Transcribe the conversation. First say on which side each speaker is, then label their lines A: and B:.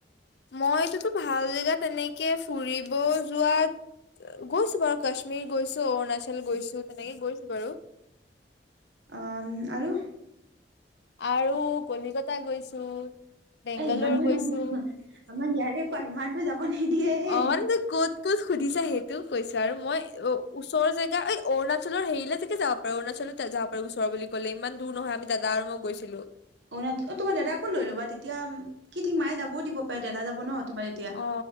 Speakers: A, on the left; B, on the right.
A: মইটোতো ভাল জেগাত তেনেকে ফুৰিব যোৱাত গৈছো বাৰু কাশ্মীৰ গৈছো অৰুণাচল গৈছো তেনেকে গৈছো বাৰু।
B: আহ আৰু?
A: আৰু কলিকতা গৈছো। বেংগালোৰ
B: এ ইমান দূৰ
A: গৈছো।
B: নহয় নহয়। আমাৰ ইয়াৰে কোৱা ইমান দৰ যাব। নিদিয়েহে
A: অ মান ত ক'ত ক'ত সুধিছা। তো কৈছো। মই অ ওচৰৰ জেগা এই অৰুণাচল। অৰুণাচলৰ হেৰিলে টেকে যাব পাৰোঁ অৰুণাচলত যাব পাৰোঁ। ওৰ বুলি কলে ইমান দূৰ নহয় আমি দাদা মই গৈচিলোঁ।
B: অ ন অ তোমাৰ দাদাক কো লৈ ল'বা। তেতিয়া কি ঠিক মায়ে যাবও দিব পাৰে দাদা যাব ন। তোমাৰ এতিয়া
A: অ